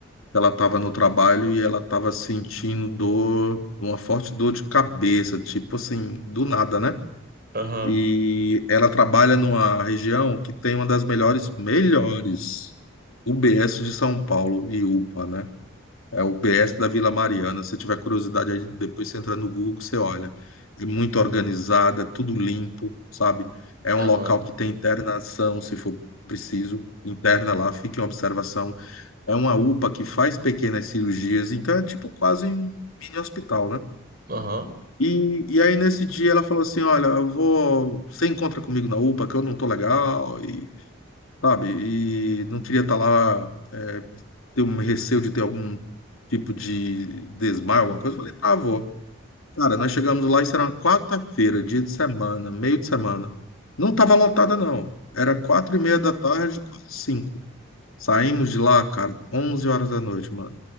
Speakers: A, on the left (about 80°); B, on the right (about 45°).
A: Ela estava no trabalho e ela estava sentindo dor, uma forte dor de cabeça, tipo assim, do nada, né?
B: Aham,
A: E ela trabalha numa região que tem uma das melhores, melhores UBS de São Paulo e UPA, né? É o BS da Vila Mariana. Se tiver curiosidade, aí depois você entra no Google, que você olha. É muito organizada, tudo limpo, sabe? É um
B: aham,
A: local que tem internação, se for preciso, interna lá, fica em observação. É uma UPA que faz pequenas cirurgias, então é tipo quase um mini hospital, né?
B: aham,
A: E, e aí nesse dia ela falou assim, olha, eu vou, você encontra comigo na UPA que eu não tô legal e sabe, e não queria estar lá, é, ter um receio de ter algum tipo de desmaio, alguma coisa. Eu falei, tá, avó. Cara, nós chegamos lá, isso era uma quarta-feira, dia de semana, meio de semana. Não tava lotada, não. Era quatro e meia da tarde, quase cinco. Saímos de lá, cara, 11 horas da noite, mano.